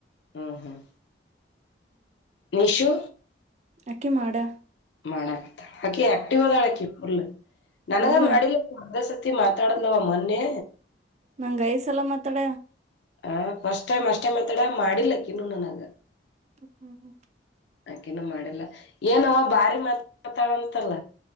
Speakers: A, on the left; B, on the right.
A: ಹ್ಮ್ ಹ್ಮ್ ನಿಶು
B: ಅಕ್ಕಿ ಮಾಡಾ
A: ಮಾಡಣ ಹಾಕಿ ಆಕ್ಟಿವದಾಳ ಬಲ ನನಗ
B: ಫುಲ್
A: ಮಾಡಾಡಿ ತಿ ಮಾತಾಡ ಲ ಮನೆ
B: ನಂಗ್ೈಸ ಎಲ್ಲ ಮಾತಾಡ
A: ಹ ಫಸ್ಟ್ ಟೈಮ್ ಅಷ್ಟ ಟೈಮ್ ಮಾತಾಡ ಮಾಡಿಿಲ್ಲಕ್ಕಿನ್ನು ನನಗ
B: ಹ್ಮ್ ಹ್ಮ್ ಹ್ಮ್
A: ಆಾಕೆನು ಮಾಡಿಲ್ಲ ಏನ ಬಾರಿ ಮಾತ ಮಾತಾಳಂತಲ್ಲ